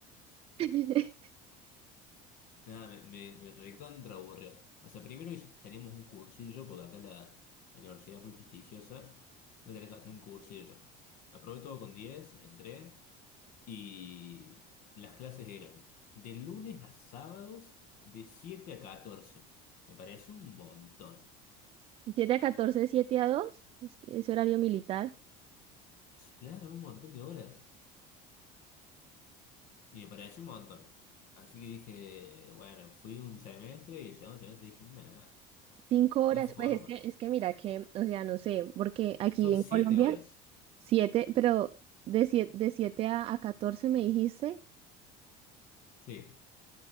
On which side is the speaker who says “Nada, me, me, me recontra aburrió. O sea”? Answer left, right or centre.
Left